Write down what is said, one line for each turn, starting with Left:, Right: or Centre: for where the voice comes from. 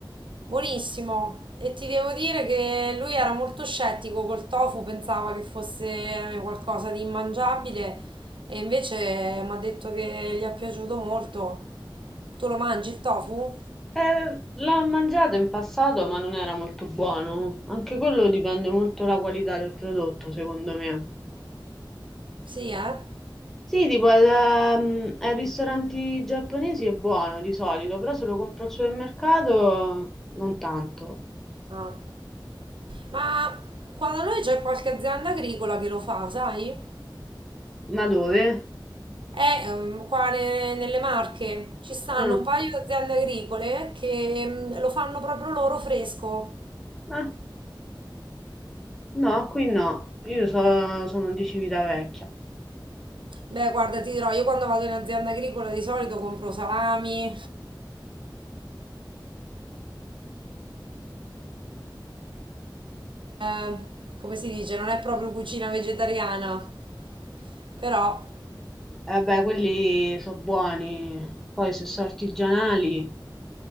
Right: Buonissimo. E ti devo dire che lui era molto scettico col tofu, pensava che fosse qualcosa di immangiabile e invece mi ha detto che gli è piaciuto molto. Tu lo mangi il tofu?
Centre: Eh, l'ho mangiato in passato, ma non era molto buono. Anche quello dipende molto dalla qualità del prodotto, secondo me.
Right: Sì, eh?
Centre: Sì, tipo al, ehm, ai ristoranti giapponesi è buono di solito, però se lo compro al supermercato non tanto.
Right: Ah. Ma qua da noi c'è qualche azienda agricola che lo fa, sai?
Centre: Ma dove?
Right: Eh, ehm, qua ne- nelle Marche ci stanno
Centre: Mm.
Right: un paio di aziende agricole che mm, lo fanno proprio loro fresco.
Centre: Ah, no, qui no. Io so- sono di Civitavecchia.
Right: Beh, guarda, ti dirò, io quando vado in azienda agricola di solito compro salami, eh, come si dice, non è proprio cucina vegetariana, però,
Centre: Eh, Vabbè, quelli sono buoni. Poi se sono artigianali